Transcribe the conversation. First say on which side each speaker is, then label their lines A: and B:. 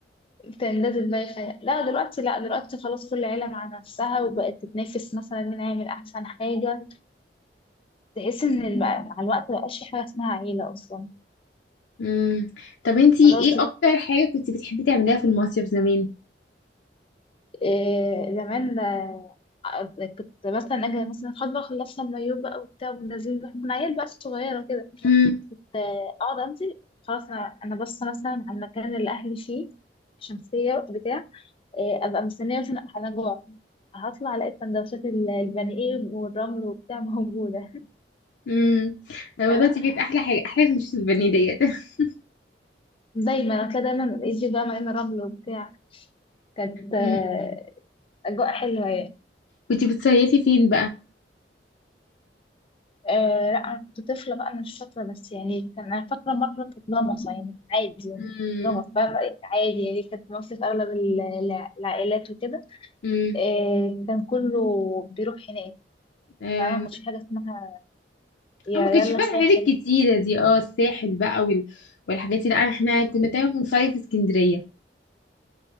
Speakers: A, on the left (about 30°); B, on the left (about 85°).
A: كان ده دماغي خيال لا دلوقتي لا دلوقتي خلاص كل عيلة مع نفسها وبقت تتنافس مثلا مين هيعمل أحسن حاجة تحس إن الم- مع الوقت مبقاش في حاجة اسمها عيلة أصلا
B: امم طب انتي
A: خلاص
B: ايه اكتر حاجه كنت بتحبي تعمليها في المصيف زمان
A: آه، زمان آه، كنت مثلا اجي مثلا خلاص بقى خلصنا المايوه بقى وبتاع ونازلين بقى كنا عيال بقى صغيره كده
B: امم
A: كنت، آه، اقعد انزل خلاص انا انا باصه مثلا على المكان اللي اهلي فيه شمسيه بتاع آه، ابقى مستنيه مثلا انا جوع هطلع الاقي سندوتشات ال- البني ايه والرمل وبتاع موجوده <laughs>
B: امم ايوه
A: فاهمة؟
B: ده كانت احلى حاجه احلى حاجه مش البني ديت <laughs>
A: دايما هتلاقي دايما يجي بقى مليان رمل وبتاع كانت آه،
B: مم.
A: اجواء حلوه يعني.
B: كنت بتصيفي فين
A: آه لا انا كنت طفله بقى انا مش فاكره بس يعني كان انا فاكره مره كانت غمصه يعني عادي يعني
B: بقى
A: غمص بقى بقى عادي يعني كانت مصر في اغلب ال- الع- العائلات وكده
B: امم
A: آه كان كله بيروح هناك
B: أم،
A: فما كانش حاجه اسمها يا
B: أنا ما كانش
A: يلا
B: فيها
A: ساحل
B: الحاجات الكتيرة دي اه الساحل بقى وال... والحاجات دي لا احنا
A: وكده
B: كنا دايما بنصيف في اسكندرية